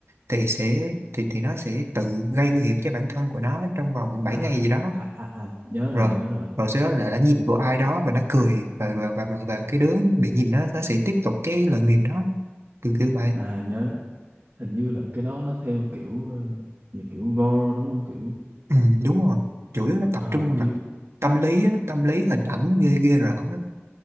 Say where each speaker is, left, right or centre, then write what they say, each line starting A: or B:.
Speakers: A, on the right; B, on the right.
A: thì sẽ thì thì nó sẽ tự gây nguy hiểm cho bản thân của nó trong vòng bảy
B: à
A: ngày gì đó
B: à à, à nhớ rồi
A: rồi
B: nhớ rồi
A: rồi sau đó là đã nhìn vô ai đó và nó cười và và và, và, và cái đứa bị nhìn nó nó sẽ tiếp tục cái lời nguyền đó kiểu kiểu vậy
B: à nhớ hình như là cái đó nó theo kiểu ờ, về kiểu gore đúng không kiểu
A: ừ, đúng rồi chủ yếu nó tập
B: à,
A: trung vào
B: chứ
A: mặt tâm lý á, tâm lý hình ảnh ghê ghê rợn á.